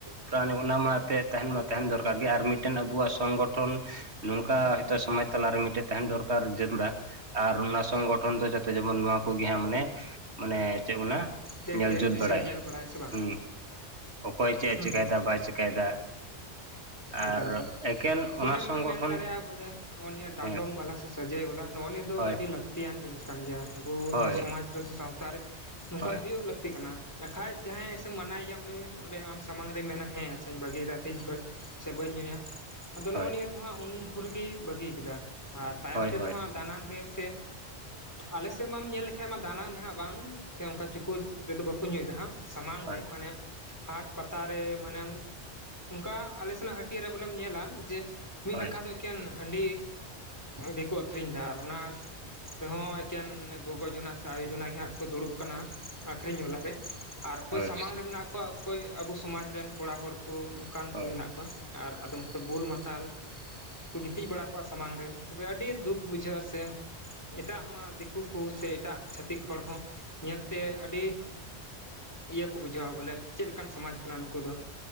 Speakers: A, on the right (about 70°); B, on the left (about 15°).
A: ᱯᱨᱟᱱᱤ ᱚᱱᱟ ᱢᱟ ᱛᱮᱫ ᱛᱟᱦᱮᱱ ᱢᱟ ᱛᱟᱦᱮᱱ ᱫᱚᱨᱠᱟᱨ ᱜᱮ, ᱟᱨ ᱢᱤᱫᱴᱮᱱ ᱟᱵᱚᱣᱟᱜ ᱥᱚᱝᱜᱚᱴᱷᱚᱱ ᱱᱚᱝᱠᱟ ᱦᱚᱭᱛᱳ ᱥᱚᱢᱟᱡᱽ ᱛᱟᱞᱟᱨᱮ ᱢᱤᱫᱴᱮ ᱛᱟᱦᱮᱱ ᱫᱚᱨᱠᱟᱨ ᱡᱟᱹᱨᱩᱨᱲᱟ᱾ ᱟᱨ ᱚᱱᱟ ᱥᱚᱝᱜᱚᱴᱷᱚᱱ ᱫᱚ ᱡᱟᱛᱮ ᱡᱮᱢᱚᱱ ᱱᱚᱣᱟ ᱠᱚᱜᱮ ᱦᱟᱸᱜ, ᱢᱟᱱᱮ ᱢᱟᱱᱮ ᱪᱮᱫ ᱵᱱᱟ
B: ᱫᱮᱠᱷ
A: ᱧᱮᱞ
B: ᱨᱮᱠᱷ
A: ᱡᱩᱛ ᱵᱟᱲᱟᱭ,
B: ᱥᱮ ᱧᱮᱞ ᱥᱮ ᱵᱟᱝ
A: ᱦᱩᱸ ᱚᱠᱚᱭ ᱪᱮᱫ
B: ᱦᱩᱸ
A: ᱪᱮᱠᱟᱭᱮᱫᱟ
B: ᱦᱩᱸ
A: ᱵᱟᱭ ᱪᱮᱠᱟᱭᱮᱫᱟ᱾
B: ᱮᱠᱟᱞ
A: ᱟᱨ
B: ᱮᱠᱟᱞ
A: ᱮᱠᱮᱱ
B: ᱢᱟᱱᱮᱢ
A: ᱚᱱᱟ ᱥᱚᱝᱜᱚᱴᱷᱚᱱ
B: ᱢᱮᱱ ᱫᱟᱲᱮᱭᱟᱜᱼᱟ ᱵᱚᱞᱮ, ᱱᱚᱜ ᱱᱤᱭᱟᱹ ᱰᱟᱸᱰᱚᱢ
A: ᱦᱮᱸ
B: ᱵᱟᱞᱟ ᱥᱮ ᱥᱟᱹᱡᱟᱹᱭ ᱵᱟᱞᱟ ᱱᱚᱜᱚ ᱱᱤᱭᱟᱹ ᱫᱚ
A: ᱦᱳᱭ
B: ᱟᱹᱰᱤ ᱞᱟᱹᱠᱛᱤᱭᱟᱱ ᱡᱤᱱᱤᱥ ᱠᱟᱱ ᱜᱮᱭᱟ, ᱟᱵᱚ ᱱᱚᱣᱟ
A: ᱦᱳᱭ
B: ᱥᱚᱢᱟᱡᱽ ᱨᱮᱥᱮ ᱥᱟᱶᱛᱟᱨ ᱨᱮ᱾ ᱱᱚᱝᱠᱟᱱ
A: ᱦᱳᱭ
B: ᱦᱩᱭᱩᱜ ᱞᱟᱹᱠ ᱞᱟᱹᱠᱛᱤ ᱠᱟᱱᱟ ᱟᱠᱷᱟᱡ ᱡᱟᱦᱟᱸᱭ ᱥᱮᱢ ᱢᱟᱱᱟᱼᱭᱟ ᱩᱱᱤ ᱚᱸᱰᱮ ᱟᱢ ᱥᱟᱢᱟᱝ ᱨᱮ ᱢᱮᱱᱟ ᱦᱮᱸ ᱟᱪᱪᱷᱟᱧ ᱵᱟᱹᱜᱤᱭᱟ ᱛᱦᱤᱧ ᱠᱷᱚᱡ, ᱥᱮ ᱵᱟᱹᱧ ᱧᱩᱭᱟ, ᱟᱫᱚ ᱱᱚᱜᱼᱚ
A: ᱦᱳᱭ
B: ᱱᱤᱭᱟᱹ ᱫᱚ ᱦᱟᱸᱜ ᱩᱱ ᱵᱷᱳᱨ ᱜᱤ ᱵᱟᱹᱜᱤ ᱠᱮᱫᱟ᱾ ᱟᱨ ᱛᱟᱭᱚᱢ
A: ᱦᱳᱭ
B: ᱛᱮᱫᱚ
A: ᱦᱳᱭ
B: ᱦᱟᱸᱜ ᱫᱟᱱᱟᱝ ᱨᱮ ᱥᱮ ᱟᱞᱮᱥᱮᱫ ᱢᱟᱢ ᱧᱮᱞ ᱞᱮᱠᱷᱟᱡ ᱢᱟ ᱫᱟᱱᱟᱝ ᱨᱮᱦᱟᱸᱜ ᱵᱟᱝ, ᱥᱮ ᱚᱱᱠᱟ ᱪᱩᱠᱩᱡ ᱨᱮᱫᱚ ᱵᱟᱠᱚ ᱧᱩᱭ ᱫᱟ ᱦᱟᱸᱜ᱾ ᱥᱟᱢᱟᱝ
A: ᱦᱳᱭ
B: ᱨᱮ, ᱢᱟᱱᱮ ᱦᱟᱴ ᱯᱟᱛᱟᱨᱮ, ᱢᱟᱱᱮᱢ ᱚᱱᱠᱟ ᱟᱞᱮ ᱥᱮᱱᱟᱜ ᱦᱟᱹᱴᱭᱟᱹ ᱵᱚᱞᱮᱢ ᱧᱮᱞᱟ, ᱡᱮ ᱢᱤᱫ
A: ᱦᱳᱭ
B: ᱱᱟᱠᱷᱟ ᱫᱚ ᱮᱠᱮᱱ ᱦᱟᱺᱰᱤ ᱜᱮᱠᱚ ᱟᱹᱠᱷᱨᱤᱧ ᱫᱟ ᱟᱨ ᱚᱱᱟᱥ ᱨᱮᱦᱚᱸ ᱮᱠᱮᱱ ᱢᱟᱱᱮ ᱜᱚᱜᱚ ᱡᱚᱱᱟ ᱥᱮ ᱟᱭᱳ ᱡᱚᱱᱟ ᱜᱮ ᱦᱟᱸᱜ ᱠᱚ ᱫᱩᱲᱩᱵ ᱠᱟᱱᱟ, ᱟᱠᱷᱨᱤᱧ ᱵᱟᱞᱟᱨ ᱨᱮ᱾ ᱟᱨ ᱚᱠᱚᱭ
A: ᱦᱳᱭ
B: ᱥᱟᱢᱟᱝ ᱨᱮ ᱢᱮᱱᱟᱜ ᱠᱚᱣᱟ, ᱚᱠᱚᱭ ᱟᱵᱚ ᱥᱚᱢᱟᱡᱽ ᱨᱮᱱ ᱠᱚᱲᱟ ᱦᱚᱲ ᱠᱚ ᱚᱱᱠᱟᱱ
A: ᱦᱳᱭ
B: ᱠᱚ ᱢᱮᱱᱟᱜ ᱠᱚᱣᱟ ᱟᱨ ᱟᱫᱚᱢ ᱠᱚᱫᱚ ᱵᱳᱞ ᱢᱟᱛᱟᱞ᱾ ᱠᱚ ᱜᱤᱛᱤᱡ ᱵᱟᱲᱟ ᱠᱚᱣᱟ ᱥᱟᱢᱟᱝ ᱨᱮ, ᱛᱚᱵᱮ ᱟᱹᱰᱤ ᱫᱩᱠ ᱵᱩᱡᱷᱟᱹᱜᱼᱟ ᱥᱮ ᱮᱴᱟᱜ ᱱᱚᱣᱟ ᱫᱤᱠᱩ ᱠᱚ ᱥᱮ ᱮᱴᱟᱜ ᱪᱷᱟᱹᱛᱤᱠ ᱦᱚᱲ ᱦᱚᱸ ᱧᱮᱞᱛᱮ ᱟᱹᱰᱤ ᱤᱭᱟᱹ ᱠᱚ ᱵᱩᱡᱷᱟᱹᱣᱟ ᱵᱚᱞᱮ ᱪᱮᱫᱞᱮᱠᱟᱱ ᱥᱚᱢᱟᱡᱽ ᱠᱟᱱᱟ ᱱᱩᱠᱩ ᱫᱚ,